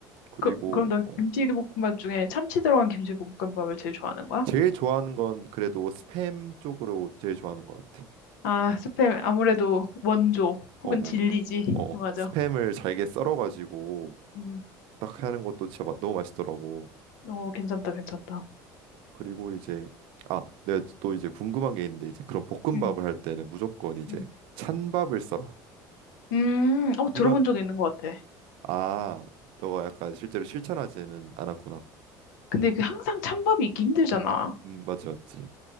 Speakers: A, on the right; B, on the left.
A: 그리고
B: 그, 그럼 넌
A: 어
B: 김치볶음밥 중에 참치 들어간 김치볶음밥을 제일 좋아하는 거야?
A: 제일 좋아하는 건 그래도 스팸 쪽으로 제일 좋아하는 것 같아.
B: 아, 스팸 아무래도 원조
A: 어,
B: 혹은
A: 어.
B: 진리지.
A: 어,
B: 맞아.
A: 스팸을 잘게 썰어가지고
B: 음.
A: 딱 하는 것도 진짜 맛- 너무 맛있더라고.
B: 어, 괜찮다, 괜찮다.
A: 그리고 이제 아, 내가 또 이제 궁금한 게 있는데 이제 그런 볶음밥을
B: 음,
A: 할 때는 무조건 이제
B: 음.
A: 찬밥을 썰어.
B: 음, 어,
A: 이런
B: 들어본 적 있는 것 같아.
A: 아, 너가 약간 실제로 실천하지는 않았구나.
B: 근데 그 항상 찬밥이 있기 힘들잖아.
A: 음, 맞지, 맞지.